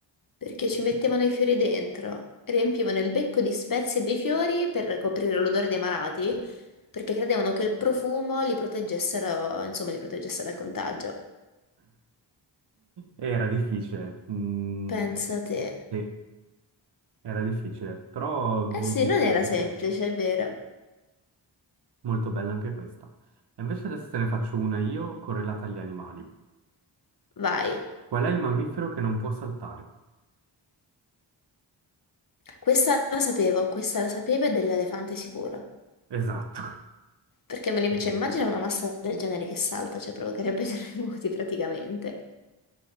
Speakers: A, on the left; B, on the right.
A: perché ci mettevano i fiori dentro, riempivano il becco di spezie e di fiori per coprire l'odore dei malati, perché credevano che il profumo li proteggessero, insomma, li protegesse dal contagio.
B: Era difficile. mm,
A: Pensa te.
B: sì, era difficile, però molto
A: Eh sì, non
B: bello.
A: era semplice, è vero.
B: Molto bella anche questa. E invece adesso te ne faccio una io correlata agli animali.
A: Vai.
B: Qual è il mammifero che non può saltare?
A: Questa la sapevo, questa la sapevo e dell'elefante sicuro.
B: Esatto.
A: Perché me li cioè,
B: <laughs>
A: immagino una massa del genere che salta, cioè provocherebbe <laughs> terremoti praticamente.